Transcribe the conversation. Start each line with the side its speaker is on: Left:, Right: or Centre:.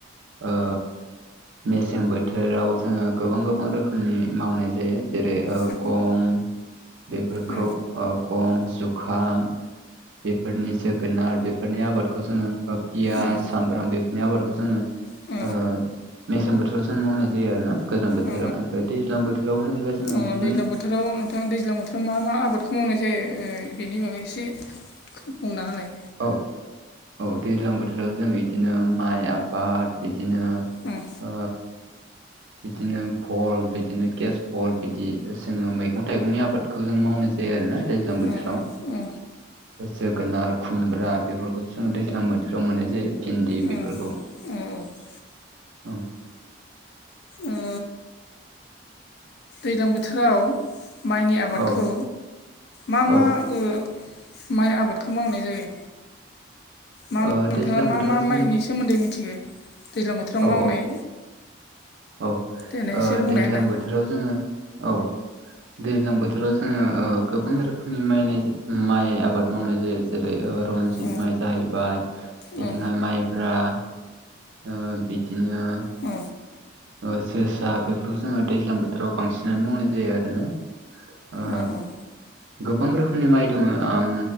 Right: ओ मेसें बोथोराव जोंङो गोबां गोबां रो खोमनि मावनाय जायो जेरै
Left: औ
Right: गम बेफोरखौ
Left: औ
Right: ओ गम जुखाम बेफोरनि जोगोनार बेफोरनि आबादखौ जोंङो ओ पियास
Left: उम
Right: सामब्राम बेफोरनि आबादखौ जोंङो
Left: अ
Right: ओ मेसें बोथोराव जों मावनाय जायो आरो ना गोजां बोथोराव
Left: अ
Right: ओमफ्राय दैज्लां बोथोराव होनोब्ला जोङो
Left: अ
Right: बिदिनो
Left: दैज्लां बोथोराव नोंथां दैज्लां बोथोराव मा मा आबादखौ मावनाय जायो बेनि माबा एसे बुंना होनाय
Right: औ औ दैज्लां बोथोराव जों इदिनो माइ आबाद बिदिनो।
Left: अम
Right: ओ बिदिनो फल बिदिनो केस फल बिदि जोङो मैगं थाइगंनि आबादखौ जों मावनाय जायो आरोना दैजा। दैज्लां बोथोराव
Left: अ अ
Right: जोगोनार खुमब्रा बेफोरखौ जोङो दैज्लां बोथोर थोराव मोननाय जायो भिन्दि
Left: अ
Right: बेफोरखौ औ।
Left: ओ ओ दैलां बोथोराव माइनि आबादखौ
Right: औ
Left: मा मा
Right: औ
Left: ओ माइ आबादखौ मावनाय जायो। मा
Right: ओ
Left: नोंथाङा
Right: दैज्लां
Left: मा
Right: बोथोराव
Left: मा
Right: जों
Left: माइनि सोमोन्दै मिथिगो दैज्लां बो बोथोर
Right: औ
Left: मावनाय
Right: औ औ
Left: देनाय
Right: ओ
Left: एसे बुंनाय
Right: दैज्लां
Left: होनाय।
Right: बोथोराव जोङो औ। दैज्लां बोथोराव जोङो ओ गोबां रोखोमनि मायनाय माइ आबाद मावनाय जायो। जेरै ओ रनजित
Left: अ
Right: माइ जाहैबाय बेथिंहाय
Left: अ
Right: माइब्रा ओ बिदिनो
Left: अ
Right: ओ जोसा बेफोरखौ जोङो दैज्लां बोथोराव बांसिनानो मावनाय जायो आरोना। ओ
Left: अ
Right: गोबां रोखोमनि माइ दङ आं